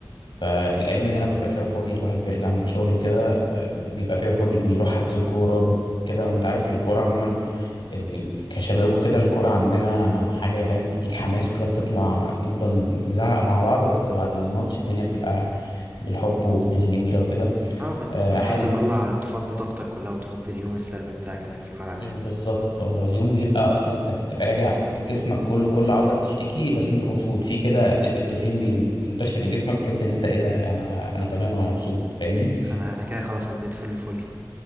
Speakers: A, on the left; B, on the right.
A: فالايام اللي انا ببقى فيها فاضي الواحد بيرجع من الشغل وكده آه، بيبقى فيها فاضي بيروح حجز كوره كده وانت عارف الكوره عموما ال... كشباب وكده الكوره عندنا حاجه فاهم تديك حماس وكده بتطلع نفضل نزعق مع بعض بس بعد الماتش الدنيا بتبقى بالحب والدنيا جميله وكده
B: اه بت...
A: آه،
B: بتروح
A: احيانا
B: تطلع تفضي طاقتك كلها وتفضي اليوم السلبي بتاعك هناك في الملعب
A: مم،
B: يعني
A: بالظبط آه، اليوم بيبقى اصلا انت بتبقى راجع جسمك كله كل عضله بتشتكي بس انت مبسوط في كده الاندورفين بين- بينتشر في جسمك تحس ان انت ايه ده انا انا تمام انا مبسوط فاهمني
B: انا انا كده خلاص انا بقيت فل الفل